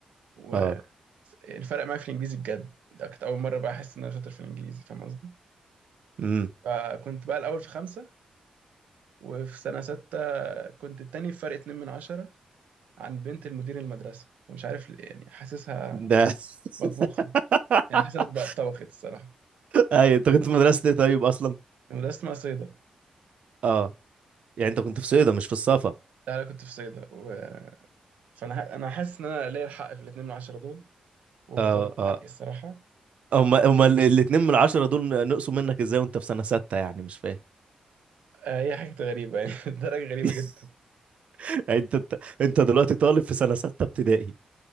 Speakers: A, on the right; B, on the right.
A: والفرق
B: اه
A: معايا في الانجليزي بجد ده كانت اول مره بقى احس ان انا شاطر في الانجليزي فاهم قصدي
B: امم
A: فكنت بقى الأول في خمسة وفي سنة ستة كنت التاني بفرق اتنين من عشرة عن بنت المدير المدرسة فمش عارف ليه، يعني حاسسها
B: ده
A: مطبوخة
B: <laughs>
A: يعني حاسسها بقى اتطبخت الصراحة
B: اي انت كنت في مدرسة ايه طيب اصلا
A: المدرسة اسمها صيدا
B: اه يعني انت كنت في صيدا مش في الصفا
A: لا أنا كنت في صيدا و... فأنا ح- أنا حاسس إن أنا ليا الحق في الاتنين من عشرة دول وبطالب
B: اه اه
A: بحقي الصراحة
B: هما هما ال- الاتنين من العشرة دول نقصوا منك ازاي وانت في سنة ستة يعني مش فاهم
A: آه، هي حاجة غريبة يعني <laughs> الدرجة غريبة
B: <laughs>
A: جدا
B: يعني انت انت انت دلوقتي طالب في سنة ستة ابتدائي